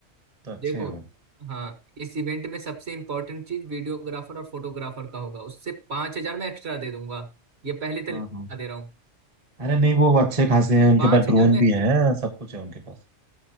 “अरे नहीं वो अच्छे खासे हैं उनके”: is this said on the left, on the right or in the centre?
Right